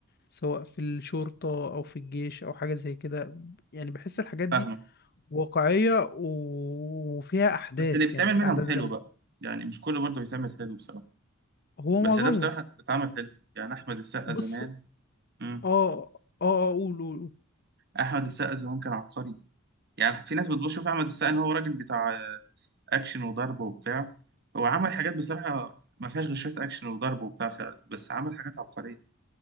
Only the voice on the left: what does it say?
سواء في الشرطة أو في الجيش أو حاجة زي كده يعني بحس الحاجات دي
واقعية و- وفيها أحداث
يعني في
أحداث
جامدة
هو
معظمه
بص
آه
آه آه، قول قول قول.